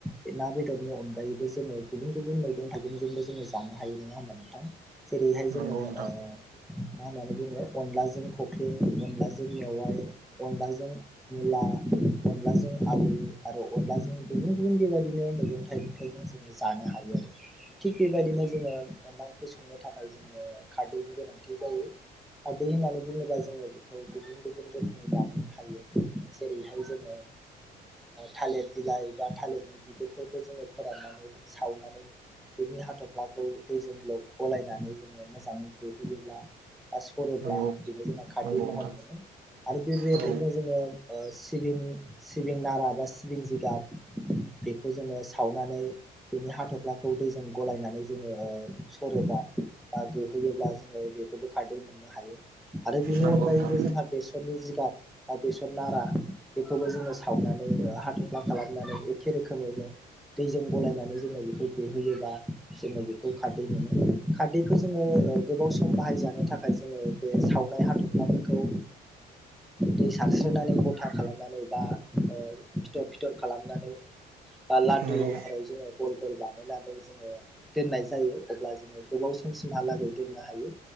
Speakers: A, in the centre; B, on the right.
A: बे ना बेदरनि अनगायैबो जोङो गुबुन गुबुन मैगं थाइगंजोंबो जोङो जानो हायो नङा होमबा नोंथां जेरैहाय जोङो
B: नंगौ नोंथां
A: ओ मा होननानै बुङो अनलाजों जों खखलिं अनलाजों मेवयाय अनलाजों मुला अनलाजों आलु आरो अनलाजों गुबुन गुबुन बेबायदिनो मैगं थाइगंफोरजों जोङो जानो हायो आरो थिग बेबायदिनो जोंङो अनला ओंख्रि संनो थाखाय जोंनो खारदैनि गोनांथि जायो खारदै होन्नानै जोङो बेखौ गुबुन गुबुन रोखोमै बानायनो हायो जेरैहाय जोङो थालिर बिलाइ एबा थालिरनि बिगुरफोरखौ जोङो फोराननानै सावनानै बेनि हाथफ्लाखौ दैजों ल' गलायनानै जोङो मोजाङै गोहैयोब्ला बा सरोब्ला
B: नंगौ
A: बेनो जोंना खारदै
B: नंगौ
A: महर
B: नोंथां
A: मोनो आरो बेबायदिनो
B: औ
A: जोंङो सिबिं सिबिं नारा बा सिबिं जिगाब बेखौ जोंङो सावनानै बेनि हाथफ्लाखौ दैजों गलायनानै जोंङो सरोबा बा गोहोयोब्ला जोंङो बेखौबो खारदै मोननो हायो आरो बेनि
B: नंगौ
A: अनगायैबो
B: नोंथां
A: जोंहा बेसरनि जिगाब बा बेसर नारा बेखौ खौबो जोङो सावनानै हा थफ्ला खालामनानैै एखे रोखोमैनो दैजों गलाय नानै जोङो बेखौ गोहोयो बा जोङो बेखौ खारदै मोनो खारैखौ जोङो ओ गोबाव सम बाहायजानो थाखाय जोङो बे सावनाय हाथफ्लाफोरखौ दै सारस्रिनानै गथा खालामनानै बा ओ फिथर फिथर खालामनानै बा लादु
B: नंगौ
A: महराव जोङो गल गल बानायनानै जोङो दोननाय जायो अब्ला जोङो गोबाव समसिमहालागै दोननो हायो